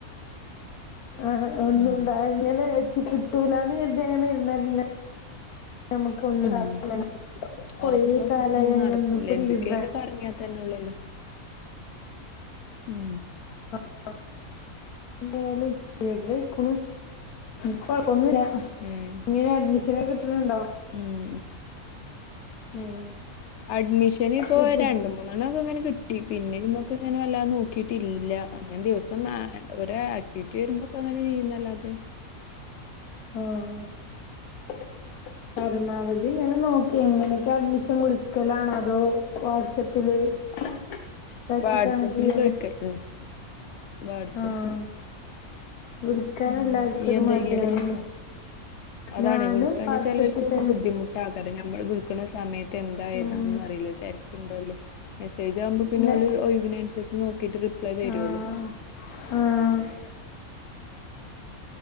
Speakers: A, on the left; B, on the left.
A: ആ ഒന്നുംണ്ട
B: ഉം
A: ഇങ്ങനെച്ചി കിട്ടൂലന്ന് കരുതി അങ്ങനെ ഇരുന്നാ പിന്നെ- നമുക്ക് ഒന്നും
B: ഉം
A: സാധിക്കില്ലല്ലോ കൊറേ
B: അപ്പ ഒന്നും
A: കാലായി അങ്ങനെ
B: നടക്കൂല
A: ഇപ്പൊ
B: എന്തൊക്കെയാല്
A: ലീഡറാ
B: പറഞ്ഞ തന്നുളളല്ലോ? ഉം.
A: <unintelligible> ഒന്നുല
B: ഉം
A: ഇങ്ങനെ അഡ്മിഷനൊക്കെ കിട്ടീട്ടുണ്ടോ?
B: ഉം
A: ഉം-
B: അഡ്മിഷന് ഇപ്പോ
A: കൂട്ടി
B: രണ്ട് മൂന്ന് - അങ്ങനെ കിട്ടി പിന്നെ നമ്മക്ക് ഇങ്ങനെ വല്ലാതെ നോക്കിട്ടില്ല അങ്ങനെ ദിവസം ഓരോ ആക്ടിവിറ്റി - വേരുമ്പോക്കെ അങ്ങനെ ചെയ്യുന്നല്ലാത-
A: ആഹ് - പരമാവധി ഇങ്ങനെ നോക്കി എങ്ങനെയൊക്കെ അഡ്മിഷൻ കൊടുക്കലാണോ അതോ വാട്സപ്പില്- ഇതാക്കിട്ടാണ്
B: വാട്സപ്പില്
A: ചെയ്യല്-
B: ചോദിക്കല്ലോ വാട്സപ്പില്.
A: ആഹ് വിളിക്കാൻ
B: ഉം
A: എല്ലാർക്കും
B: ഈ
A: ഒരു
B: എന്താ
A: മടിയാവില്ലേ
B: ചെയ്യല്- അതാണ്
A: ഞാനും
B: വിൾക്കാൻ
A: വാട്സപ്പിൽ
B: ചെലർക്കൊക്കെ
A: തന്നെ
B: ബുദ്ധിമുട്ടാ ആൾക്കാര് ഞങ്ങൾ വിളി ക്കണ സമയത്ത് എന്താ
A: ഉം
B: ഏതാന്നൊന്ന് അറിയില്ല തിരക്കുണ്ടോ ഇല്ലി മെസ്സേജ് ആവ്മ്പോ പിന്നെ
A: ന്നെ
B: ഓല് ഒയ്വിനൻസര്ച്ച് നോക്കിട്ട് റിപ്ലൈ തരോല്ലോ.
A: ആഹ് ആഹ്